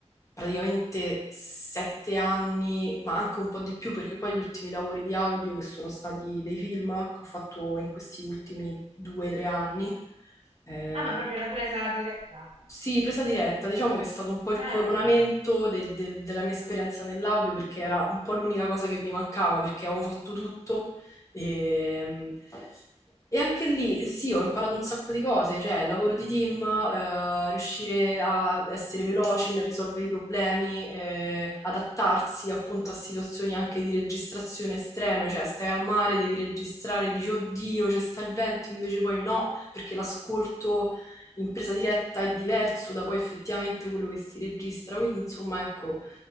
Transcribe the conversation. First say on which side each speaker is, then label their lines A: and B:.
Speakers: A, on the left (about 25°); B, on the right (about 60°).
A: praticamente sette anni, ma anche un po' di più, perché poi gli ultimi lavori di audio che sono stati dei film che ho fatto in questi ultimi due o tre anni. eh,
B: Ah, ma proprio la presa diretta?
A: sì, presa diretta, diciamo che è stato un po'
B: Bello,
A: il coronamento de- del- della mia esperienza nell'audio perché era un po' l'unica cosa che mi mancava perché avevo fatto tutto e, e anche lì sì, ho imparato un sacco di cose, cioè il lavoro di team, eh, riuscire a essere veloci nel risolvere i problemi, eh, adattarsi appunto a situazioni anche di registrazione estreme, cioè stai al mare, devi registrare, dici oddio, c'è sta il vento, invece poi no, perché l'ascolto in presa diretta è diverso da poi effettivamente quello che si registra. Quindi, insomma, ecco,